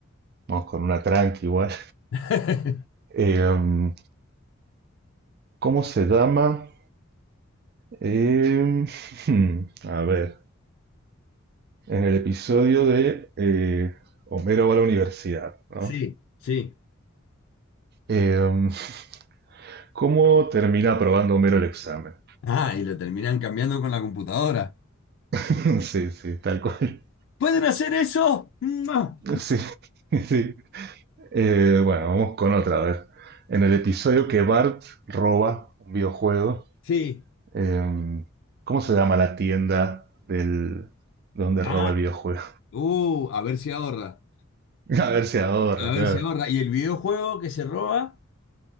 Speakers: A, on the right (about 50°); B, on the left (about 65°).
A: vamos con una tranqui igual.
B: <laughs>
A: Eh, ¿cómo se llama? Eh, <laughs> a ver, en el episodio de eh, Homero va a la universidad, ¿no?
B: Sí, sí.
A: Eh, <laughs> ¿cómo termina aprobando Homero el examen?
B: Ah, y lo terminan cambiando con la computadora.
A: <laughs> Sí, sí, tal cual.
B: ¿Pueden hacer eso? ¡Mua!
A: Sí, <laughs> sí. Eh, bueno, vamos con otra, a ver. En el episodio que Bart roba un videojuego,
B: Sí.
A: em, ¿cómo se llama la tienda del, donde
B: Ah,
A: roba el videojuego?
B: uh, a ver si ahorra.
A: <laughs> A ver si ahorra,
B: A ver
A: claro.
B: si ahorra. Y el videojuego que se roba,